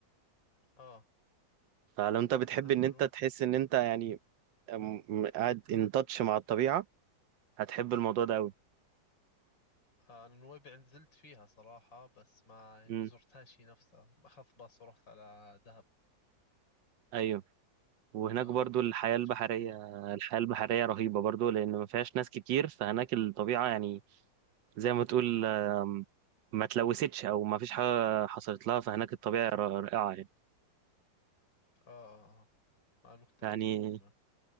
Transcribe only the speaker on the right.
فلو انت بتحب
ان
انت تحس ان انت يعني آم، قاعد ان تاتش مع الطبيعه هتحب الموضوع ده قوي
امم
ايوه وهناك
برضو
الحياة
البحرية
الحياة البحرية رهيبة برضو لأن ما فيهاش ناس كتير فهناك الطبيعة يعني زي ما تقول آم، ما تلوثتش أو ما فيش حاجة حصلت لها فهناك الطبيعة ر- رائعة يعني
يعني